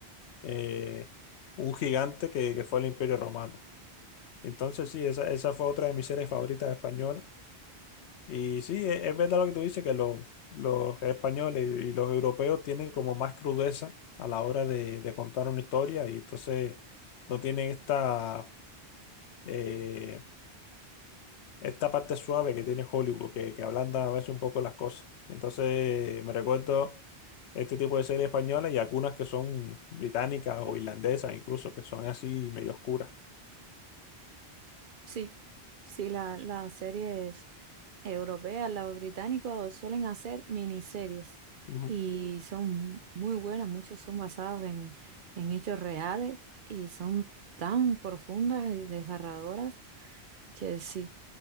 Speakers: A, on the left; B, on the right.
A: eh, un gigante que, que fue el Imperio Romano. Entonces, sí, esa, esa fue otra de mis series favoritas españolas. Y sí, e- es verdad lo que tú dices, que los, los españoles y los europeos tienen como más crudeza a la hora de, de contar una historia y entonces no tienen esta, eh, esta parte suave que tiene Hollywood, que, que ablanda a veces un poco las cosas. Entonces me recuerdo este tipo de series españolas y algunas que son británicas o irlandesas incluso, que son así medio oscuras.
B: Sí. Sí, la- las series europeas, los británicos suelen hacer miniseries
A: Ujú.
B: y son muy buenas, muchos son basados en, en hechos reales y son tan profundas y desgarradoras que sí.